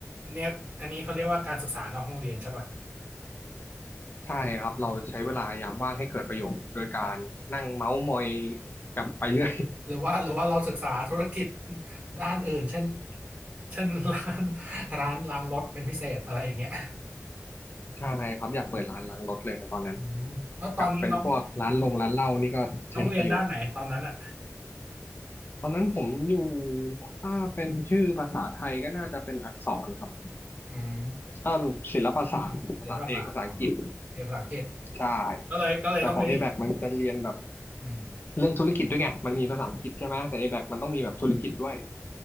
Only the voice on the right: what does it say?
เนี่ยอันนี้เขาเรียกว่าการศึกษานอกห้องเรียนใช่ป่ะ
ไป
หรือว่าหรือว่าเราศึกษาธุรกิจ <laughs> ด้านอื่นเช่นเช่นร้าน <laughs> ร้านล้างรถเป็นพิเศษอะไรอย่างเงี้ย
อืมแล้วตอนนี้น้อง
น้องเรียนด้านไหนตอนนั้นอ่ะ
อืม
เรียนภาษาอ๋อเรียนภาษาอังกฤษ
ก็เลยก็เลยต้องไป
อืม